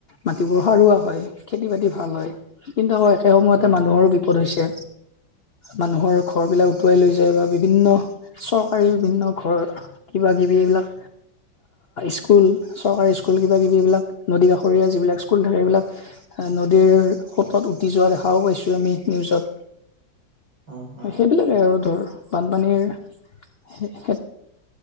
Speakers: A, on the left; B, on the right.
A: মাটিবোৰ সাৰুৱা হয়, খেতি বাতি ভাল হয়, কিন্তু আকৌ একে সময়তে
B: উম উম
A: মানুহৰো বি পদ হৈছে। মানুহৰ ঘৰবিলাক উটুৱাই লৈ যায় বা বিভিন্ন চৰকাৰী বিভিন্ন ঘৰ কিবাকিবি এইবিলাক স্কুল, চৰকাৰী স্কুল কিবাকিবিব এইবিলাক নদী কাষৰীয়া যিবিলাক স্কুল থাকে সেইবিলাক নদীৰ সোতত উটি যোৱা দেখাও পাইছোঁ আমি নিউজত।
B: উম উম
A: সেইবিলাকে আৰু ধৰ বানপানীৰ হে